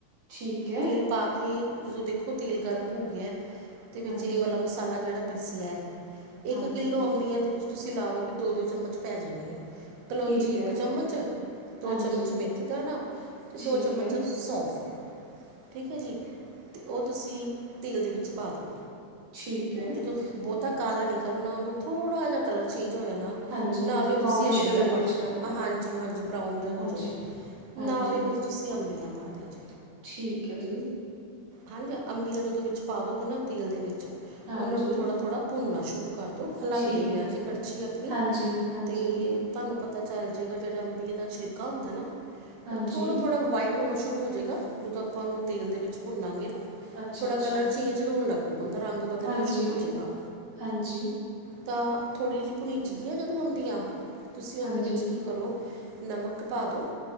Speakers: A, on the right; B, on the right.
A: ਠੀਕ ਹੈ
B: ਤੇਲ ਪਾ ਕੇ ਜਦੋਂ ਦੇਖੋ ਤੇਲ ਗਰਮ ਹੋ ਗਿਆ ਤੇ ਵਿੱਚ
A: ਹਾਂਜੀ
B: ਇਹ ਵਾਲਾ ਮਸਾਲਾ ਜਿਹੜਾ ਪੀਸਿਆ ਹੈ ਇੱਕ
A: ਹਾਂਜੀ
B: ਕਿੱਲੋ ਅੰਬੀਆਂ ਦੇ ਵਿੱਚ ਤੁਸੀਂ ਲਾ ਲਓ ਵੀ ਦੋ ਦੋ ਚਮਚ ਪੈ ਜਾਣੇ ਆ ਕਲੋਂਜੀ
A: ਠੀਕ ਹੈ
B: ਇੱਕ ਚਮਚ ਦੋ
A: ਹਾਂਜੀ
B: ਚਮਚ ਮੇਥੀ ਦਾਣਾ ਤੇ
A: ਠੀਕ
B: ਦੋ ਚਮਚ
A: ਹੈ
B: ਸੌਂਫ ਠੀਕ ਹੈ ਜੀ ਤੇ ਉਹ ਤੁਸੀਂ ਤੇਲ ਦੇ ਵਿੱਚ ਪਾ ਦੋ
A: ਠੀਕ ਹੈ
B: ਜਦੋਂ ਬਹੁਤਾ ਕਾਲਾ ਨੀ ਕਰਨਾ ਉਹਨੂੰ ਥੋੜਾ ਜਾ ਕਲਰ ਚੇਂਜ ਜੋ ਐ ਨਾ
A: ਹਾਂਜੀ
B: ਨਾਲੋਂ
A: ਹਾਂਜੀ
B: ਹੀ ਤੁਸੀਂ
A: ਬਰਾਊਨਿਸ਼
B: ਅੰਬੀਆ
A: ਕਲਰ ਵਿੱਚ
B: ਪਾ
A: ਕਰ ਲਓ
B: ਹਾਂਜੀ-ਹਾਂਜੀ ਬਰਾਊਨ ਹੋ
A: ਹਾਂਜੀ
B: ਜਾਵੇ। ਨਾਲ
A: ਹਾਂਜੀ
B: ਈ ਫਰ ਵਿੱਚ ਤੁਸੀਂ ਅੰਬੀਆਂ ਪਾ ਦਿਓ ਜੀ।
A: ਠੀਕ ਏ ਜੀ।
B: ਹਨਜ ਅੰਬੀਆਂ ਜਦੋਂ ਵਿੱਚ ਪਾ ਦੋਗੇ ਨਾ ਤੇਲ ਦੇ ਵਿੱਚ
A: ਹਾਂਜੀ
B: ਉਹਨਾਂ ਨੂੰ ਥੋੜਾ-ਥੋੜ੍ਹਾ ਭੁੰਨਨਾ ਸ਼ੁਰੂ ਕਰਦੋ ਹਲਾਂਦੇ
A: ਠੀਕ
B: ਰਿਆ
A: ਹੈ
B: ਜੀ ਕੜਛੀ ਆਪਣੀ
A: ਹਾਂਜੀ ਹਾਂਜੀ
B: ਤੇ ਤੁਹਾਨੂੰ ਪਤਾ ਪਤਾ ਚੱਲ ਜੇਗਾ ਜੇੜਾ ਅੰਬੀ ਦਾ ਛਿਲਕਾ ਹੁੰਦਾ ਨਾ
A: ਹਾਂਜੀ
B: ਉਹ ਥੋੜਾ-ਥੋੜਾ ਵਾਈਟ ਟੁਣਾ ਸ਼ੁਰੂ ਹੋ ਜੇਗਾ ਜਦੋਂ ਆਪਾਂ ਉਹਨੂੰ ਤੇਲ ਦੇ ਵਿੱਚ ਭੁੰਨਾਂਗੇ ਨਾ
A: ਅੱਛਾ
B: ਥੋੜਾ
A: ਅੱਛਾ
B: ਕਲਰ ਚੇਂਜ ਹੋਣ ਲੱਗ ਹੁਹਦਾ ਰੰਗ ਬਦਲਣਾ
A: ਹਾਂਜੀ
B: ਸ਼ੁਰੂ ਹੋਜੇਗਾ।
A: ਹਾਂਜੀ
B: ਤਾਂ ਥੋੜ੍ਹੀ ਜਿਹੀ ਭੁਨੀਚਗੀਆਂ ਜਦੋਂ ਅੰਬੀਆਂ ਤੁਸੀਂ ਉਹਦੇ
A: ਹਾਂਜੀ
B: ਵਿੱਚ ਕੀ ਕਰੋ ਨਮਕ ਪਾ ਦੋ,